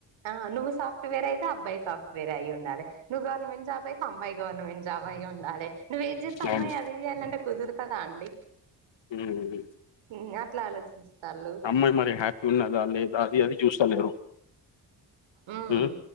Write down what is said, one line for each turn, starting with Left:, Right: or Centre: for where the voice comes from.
Right: ఆ నువ్వు సాఫట్వేర్ అయితే అబ్బాయి సాఫ్ట్వేర్ అ్య ఉండాలి నువ్వువర్నమెంట్ జాబ్ అయితే అమ్మాయి గవర్నమెంట్ జాబ్ అయఉండాలి నువ్వు ఏది చేస్తా అమ్మాయి
Left: అవును
Right: అది చెయాలంటే కుదురుతుదా అండి
Left: ఉహు
Right: నువ్వే అట్లా ఆలోచిస్తాలు
Left: అమ్మాయి మరి హ్యాపీ ఉన్నదా లేదా అది అది చూస్తలేరు
Right: ఉమ్
Left: ఉహ్